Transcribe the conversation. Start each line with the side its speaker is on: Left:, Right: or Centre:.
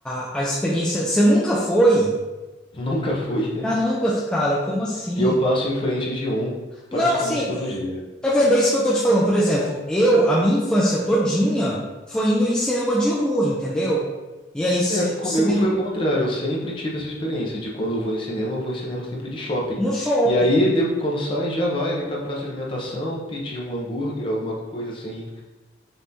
Centre: a a experiência. Você nunca foi?
Left: <laughs> Nunca fui.
Centre: Carambas, cara, como assim?
Left: E eu passo em frente de um praticamente
Centre: Não, assim,
Left: todo dia.
Centre: tá vendo? É isso que eu tô te falando. Por exemplo, eu, a minha infância todinha foi indo em cinema de rua, entendeu? E aí sempre
Left: É, comigo
Centre: cinema
Left: foi o contrário. Eu sempre tive essa experiência de quando eu vou em cinema, eu vou em cinema sempre de shopping.
Centre: no shopping.
Left: E aí, depo- quando sai, já vai ali pra praça de alimentação, pedir um hambúrguer, alguma coisa assim.